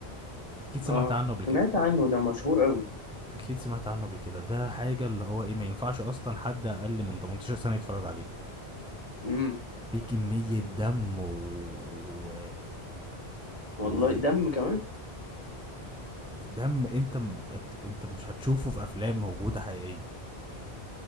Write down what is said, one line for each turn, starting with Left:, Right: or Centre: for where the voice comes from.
Centre: اكيد سمعت
Left: اه
Centre: عنه قبل
Left: سمعت
Centre: كده
Left: عنه ده مشهور قوي
Centre: اكيد سمعت عنه قبل كده ده حاجة اللي هو ايه ما ينفعش اصلا حد اقل من 18 سنة يتفرج عليه
Left: امم
Centre: في كمية دم و... و...
Left: والله
Centre: و...
Left: دم كمان
Centre: دم انت م- انت انت مش هتشوفه في افلام موجودة حقيقية